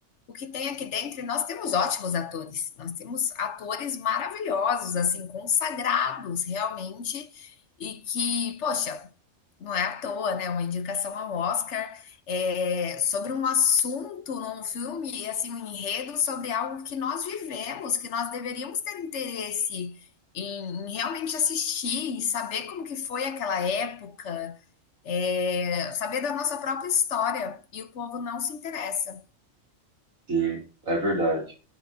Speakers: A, on the left (about 60°); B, on the right (about 85°).
A: o que tem aqui dentro, e nós temos ótimos atores, nós temos atores maravilhosos, assim, consagrados realmente, e que, poxa, não é à toa, né? Uma indicação ao Oscar é, sobre um assunto num filme, assim, um enredo sobre algo que nós vivemos, que nós deveríamos ter interesse em, em realmente assistir e saber como que foi aquela época, é, saber da nossa própria história, e o povo não se interessa.
B: sim, é verdade.